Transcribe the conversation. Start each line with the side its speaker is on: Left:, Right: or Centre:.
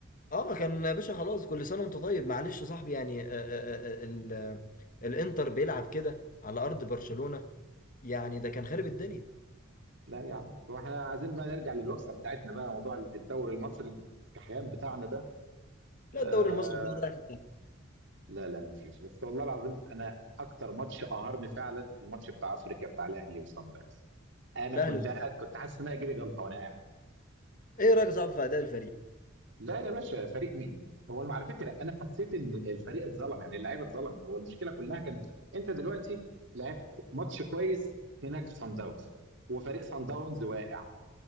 Left: اه كان يا باشا خلاص كل سنه وانت طيب معلش يا صاحبي يعني آه، آه، آه، ال... آه، الانتر بيلعب كده على ارض برشلونه يعني ده كان خارب الدنيا
Right: لا يا عم واحنا عايزين بقى نرجع للوكسه بتاعتنا بقى موضوع الدوري المصري الكحيان بتاعنا ده
Left: لا
Right: آه
Left: الدوري المصري ده رايح في داهية.
Right: لا لا ما فيش بس والله العظيم انا اكتر ماتش قهرني فعلا الماتش بتاع افريقيا بتاع الاهلي وصن داونز انا
Left: الاهلي
Right: كنت
Left: والسعودية.
Right: قاعد كنت حاسس ان انا جالي جلطه وانا قاعد
Left: ايه رايك يا صاحبي في اداء الفريق
Right: لا يا باشا فريق مين؟ هو الم- على فكره انا حسيت ان الفريق اتظلم يعني اللعيبه اتظلمت هو المشكله كلها كانت انت دلوقتي لعبت ماتش كويس هناك في سان داونز وفريق سان داونز واقع